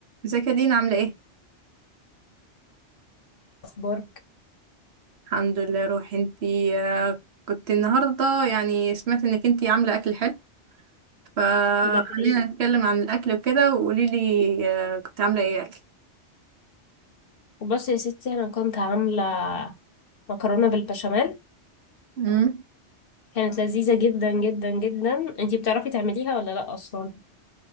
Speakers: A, on the right; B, on the left.
A: ازيك يا دينا عاملة ايه؟
B: اخبارك
A: الحمد لله روحي انتي آه، كنت النهاردة يعني سمعت انك انتي عاملة اكل حلو فخلينا
B: ده حقيقي
A: نتكلم عن الاكل وكده وقوليلي آه، كنت عاملة ايه اكل؟
B: وبس يا ستي انا كنت عامله مكرونه بالبشاميل
A: امم
B: كانت لذيذه جدا جدا جدا انتي بتعرفي تعمليها ولا لا اصلا